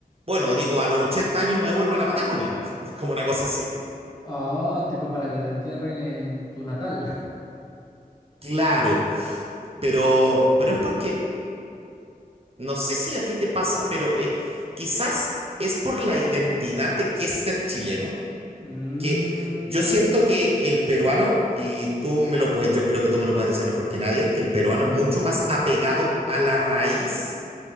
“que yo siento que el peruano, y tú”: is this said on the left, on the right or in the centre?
Right